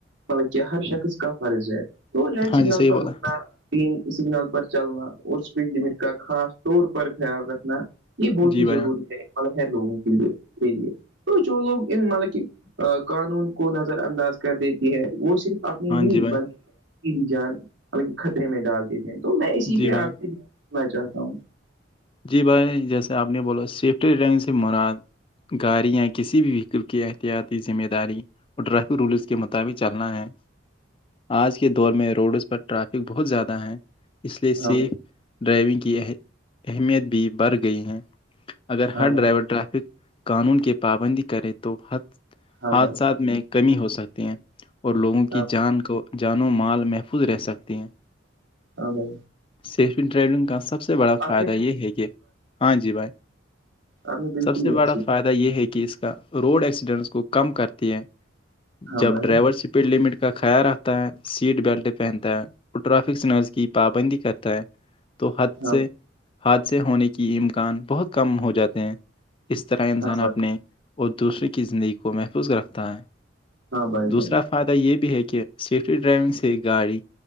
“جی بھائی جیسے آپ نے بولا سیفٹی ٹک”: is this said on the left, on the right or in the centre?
Left